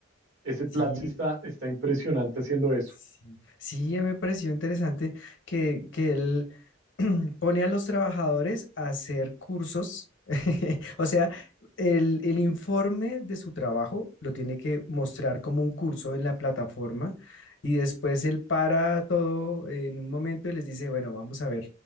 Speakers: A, on the right; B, on the left.
A: Ese Platzi
B: Sí,
A: está, está impresionante haciendo eso.
B: Sí, sí, me pareció interesante que, que él <clears throat> pone a los trabajadores a hacer cursos. <laughs> O sea, el, el informe de su trabajo lo tiene que mostrar como un curso en la plataforma y después él para todo en un momento y les dice, bueno, vamos a ver,